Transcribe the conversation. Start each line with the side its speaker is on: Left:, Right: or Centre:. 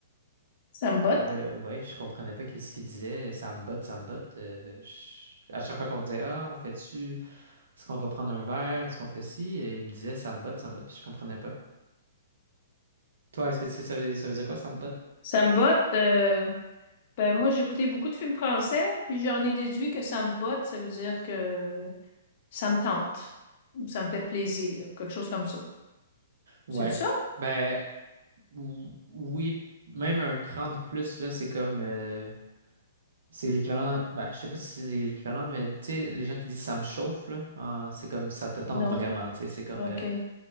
Left: Ça me botte.
Right: Et là, ouais, je comprenais pas qu'est-ce qu'il disait. Ça me botte, ça me botte. Euh, je- À chaque fois qu'on disait, ah, on fait-tu, est-ce qu'on va prendre un verre, est-ce qu'on fait ci, et il me disait ça me botte, ça me botte, puis je comprenais pas. Toi, est-ce que tu sais, ça veut, ça veut dire quoi, ça me botte?
Left: Ça me botte. euh, Ben moi, j'ai écouté beaucoup de films français, puis j'en ai déduit que ça me botte, ça veut dire que ça me tente, ou ça me fait plaisir, quelque chose comme ça.
Right: Ouais.
Left: C'est ça?
Right: Ben, ou- oui, même un cran de plus, là, c'est comme. euh, c'est l'équivalent. Ben, je sais pas si c'est l'équivalent, mais tu sais, les gens qui disent ça me chauffe, là, en- c'est comme ça te tente
Left: Non.
Right: vraiment, tu sais. C'est comme,
Left: OK.
Right: euh,